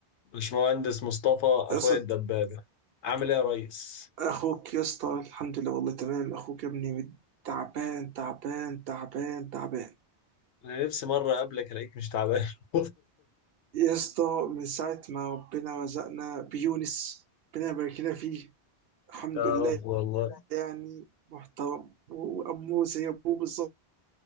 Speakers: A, on the left; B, on the right.
A: باشمهندس مصطفى اخويا
B: يا اسطى
A: الدبابه عامل ايه يا ريس
B: اخوك يا اسطى الحمد لله والله تمام اخوك يا ابني تعبان تعبان تعبان تعبان
A: انا نفسي مره اقابلك الاقيك مش تعبان <laughs>
B: يا اسطى من ساعة ما ربنا رزقنا بيونس ربنا يبارك لنا فيه الحمد
A: يا
B: لله
A: رب والله
B: يعني محترم وأمه زي أبوه بالظبط